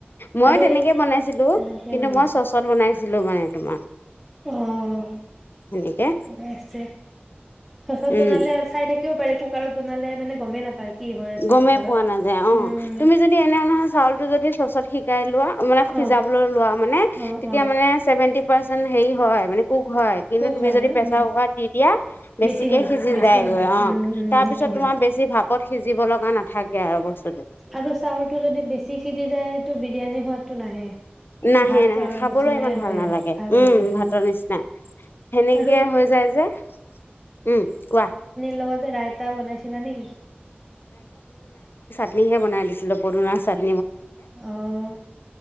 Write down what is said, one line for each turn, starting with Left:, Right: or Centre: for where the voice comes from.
Left: মই
Centre: আৰু
Left: তেনেকে
Centre: এই
Left: বনাইছিলো
Centre: তেনেকেই
Left: কিন্তু
Centre: বনাইছিলোঁ
Left: মই চচত বনাইছিলো মানে তোমাৰ
Centre: অ',
Left: সেনেকে
Centre: <unintelligible> চচত
Left: উম
Centre: বনালে চাই থা তেনেকেও পাৰি! কুকাৰত বনালে মানে গমেই নাপায়। কি হৈ আছে
Left: গমেই
Centre: ভিতৰত
Left: পোৱা নাযায়। অ',
Centre: উম
Left: তুমি যদি এনে নহয় চাউলটো যদি চচত শিকাই লোৱা মানে সিজাবলৈ
Centre: অ
Left: লোৱা, মানে
Centre: অ
Left: তেতিয়া
Centre: অ
Left: মানে চেভেন্তি পাৰ্চেণ্ট হেই হয়, মানে কুক হয় কিন্তু
Centre: কুক
Left: তুমি
Centre: হয়
Left: যদি
Centre: ন
Left: প্ৰেচাৰ
Centre: উম
Left: কুকাৰত দি দিয়া, বেছিকেই
Centre: বেছি হৈ
Left: সিজি
Centre: যায় বেছি
Left: যায়গৈ।
Centre: হৈ যায়
Left: অ',
Centre: উম উম
Left: তাৰপিছত
Centre: সেইটো
Left: তোমাৰ
Centre: হয়
Left: বেছি ভাপত সিজিব লগা নাথাকে আৰু বস্তু
Centre: আৰু চাউলটো যদি বেছি সিজি যায়, এইটো বিৰিয়ানী সুৱাদটো নাহে।
Left: নাহে,
Centre: ভাতৰ
Left: নাহে, খাবলৈ
Centre: নিচিনাই
Left: ইমান
Centre: হয়
Left: ভাল নালাগে!
Centre: আৰু ভাল
Left: উম,
Centre: নালাগে
Left: ভাতৰ নিচিনা সেনেকে
Centre: আৰু
Left: হৈ যায় যে! উম, কোৱা।
Centre: লগতে ৰাইতা বনাইছিলা নেকি?
Left: পনিহে বনাই দিছিলোঁ পৰুণা চাদী
Centre: আহ